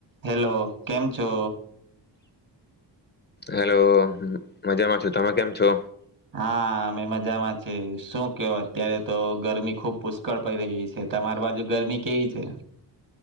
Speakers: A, on the right; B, on the left.
A: Hello કેમ છો?
B: Hello મજામાં છું. તમે કેમ છો?
A: હા અમે મજામાં છે શું કયો? અત્યારે તો ગરમી ખુબ પુષ્કળ પડી રહી છે. તમારી બાજુ ગરમી કેવી છે?